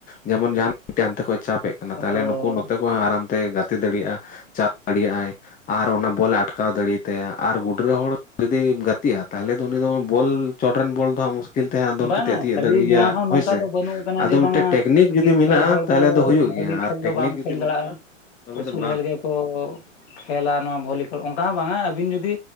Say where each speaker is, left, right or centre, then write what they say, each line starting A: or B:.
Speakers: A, on the left; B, on the left.
A: ᱡᱮᱢᱚᱱ ᱡᱟᱦᱟᱸ ᱢᱤᱫᱴᱮᱱ ᱦᱟᱱᱛᱮ ᱠᱷᱚᱸᱡ ᱪᱟᱯᱮᱜ ᱠᱟᱱᱟ ᱛᱟᱦᱞᱮ
B: ᱦᱳᱭ
A: ᱱᱩᱠᱩ ᱱᱚᱛᱮ ᱠᱚ ᱟᱨᱟᱢᱛᱮ ᱜᱟᱛᱮ ᱫᱟᱹᱲᱤᱜᱼᱟ᱾ ᱪᱟᱯ ᱫᱟᱲᱤᱭᱟᱜᱼᱟᱭ᱾ ᱟᱨ ᱚᱱᱟ ᱵᱚᱞᱮ ᱟᱴᱠᱟᱣ ᱫᱟᱹᱲᱤᱭᱟᱛᱟᱭᱟ, ᱟᱨ ᱜᱩᱰᱨᱟᱹ ᱦᱚᱲ ᱡᱩᱫᱤᱢ ᱜᱟᱹᱛᱤᱜᱼᱟ ᱛᱟᱦᱞᱮ ᱫᱚ ᱩᱱᱤ ᱫᱚ ᱵᱚᱞ ᱪᱚᱴ ᱨᱮᱱ ᱵᱚᱞ ᱫᱚ ᱦᱟᱸᱜ ᱢᱩᱥ ᱠᱤᱞ ᱛᱮ ᱦᱟᱸᱜ ᱫᱚᱱ
B: ᱵᱟᱝᱟ
A: ᱠᱟᱛᱮᱜ ᱮ ᱛᱤᱭᱟᱹᱜ
B: ᱠᱷᱟᱹᱞᱤ
A: ᱫᱟᱹᱲᱤᱭᱭᱟ
B: ᱱᱚᱣᱟ ᱦᱚᱸ ᱱᱚᱝᱠᱟ
A: ᱦᱳᱭᱥᱮ
B: ᱫᱚ ᱵᱟᱹᱱᱩᱜ ᱟᱠᱟᱱᱟ
A: ᱟᱫᱚ
B: ᱡᱮ
A: ᱢᱤᱫᱴᱮᱡ
B: ᱵᱟᱝᱟ
A: ᱴᱮᱠᱱᱤᱠ
B: ᱠᱷᱟᱹᱞᱤ
A: ᱡᱩᱫᱤ ᱢᱮᱱᱟᱜᱼᱟ
B: ᱯᱷᱮᱰ ᱦᱚᱲ
A: ᱛᱟᱦᱞᱮ ᱫᱚ ᱦᱩᱭᱩᱜ
B: ᱵᱷᱚᱞᱤ
A: ᱜᱮᱭᱟ,
B: ᱠᱷᱮᱞ
A: ᱟᱨ
B: ᱫᱚ
A: ᱴᱮᱠᱱᱤᱠ
B: ᱵᱟᱢ
A: ᱡᱩᱫᱤ
B: ᱠᱷᱮᱞ
A: ᱵᱟᱹᱱᱩᱜᱼᱟ
B: ᱫᱟᱲᱮᱭᱟᱜᱼᱟ
A: ᱛᱚᱵᱮ
B: ᱩᱥᱩᱞ
A: ᱫᱚ ᱵᱟᱝ
B: ᱦᱮᱞ ᱜᱮᱠᱚ ᱠᱷᱮᱞᱟ ᱱᱚᱣᱟ ᱵᱷᱚᱞᱤᱠᱚᱞ ᱚᱝᱠᱟ ᱦᱚᱸ ᱵᱟᱝᱼᱟ ᱟᱹᱵᱤᱱ ᱡᱩᱫᱤ